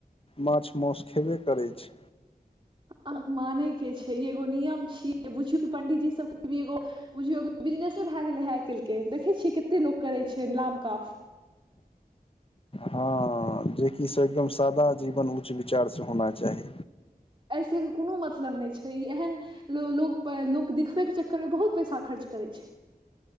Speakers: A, on the left; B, on the right.
A: माछ मासँ खेबे करै छै।
B: आब मानै के छै, एगो नियम छियै बुझियौ, कि पंडितजी सभके भी एगो। बुझियौ बिजनेसँ भए गेलै हे आइ काल्हिके देखैत छियै कतेक लोक करैत छै नाम काफ
A: ह जेकि से एकदम सादा जीवन उच्च विचारसँ होना चाही
B: एहिसँ एकर कोनो मतलब नहि छै, ई एहन अछि। लोक लोक देखबे के चक्करमे बहुत पैसा खर्च करै छै